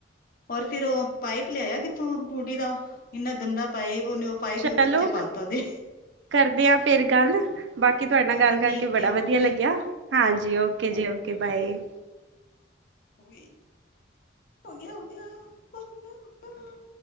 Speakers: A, on the left; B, on the right.
A: ਔਰ ਫੇਰ ਉਹ ਪਾਈਪ ਲਿਆਆ ਕਿੱਥੋਂ ਟੂਟੀ ਦਾ ਇੰਨਾ ਗੰਦਾ ਪਾਈਪ ਉਹਨੇ- ਪਾਈਪ
B: ਚਲੋ-
A: ਚ ਪਾਤਾ ਉਹਦੇ
B: ਕਰਦੇ ਹ ਫੇਰ ਗੱਲ, ਬਾਕੀ ਤੁਹਾਡੇ ਨਾਲ
A: ਹਾਂਜੀ
B: ਗੱਲ ਕਰਕੇ
A: ਠੀਕ
B: ਬੜਾ
A: ਹੈ ਓਕੇ
B: ਵਧੀਆ ਲੱਗਿਆ। ਹਾਂਜੀ ਓਕੇ
A: ਥੈਂਕ
B: ਜੀ ਓਕੇ ਬਾਏ।
A: ਉਹੀ। ਹੋ ਗਿਆ- ਹੋ ਗਿਆ ਉਦ ਉ ਨ ਨ।